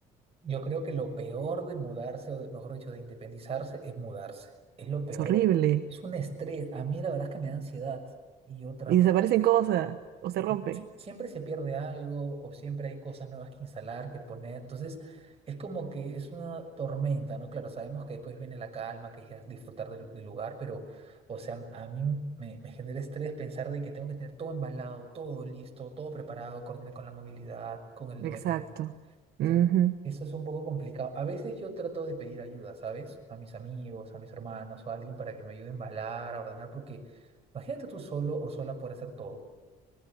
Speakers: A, on the right; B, on the right.
A: Yo creo que lo peor de mudarse, o de- mejor dicho, de independizarse, es mudarse. Es lo peor.
B: Es horrible.
A: Es un estrés. A mí la verdad es que me da ansiedad y yo trato
B: Y desaparecen cosas o se rompen.
A: si- siempre se pierde algo o siempre hay cosas nuevas que instalar, que poner. Entonces, es como que es una tormenta, ¿no? Claro, sabemos que después viene la calma, que es disfrutar del, del lugar, pero, o sea, a mí me, me genera estrés pensar de que tengo que tener todo embalado, todo listo, todo preparado, coordinar con la movilidad, con el
B: Exacto.
A: dueño. Entonces,
B: Ujú,
A: eso es un poco complicado. A veces yo trato de pedir ayuda, ¿sabes? A mis amigos, a mis hermanos o a alguien para que me ayude a embalar, a ordenar, porque imagínate tú solo o sola por hacer todo.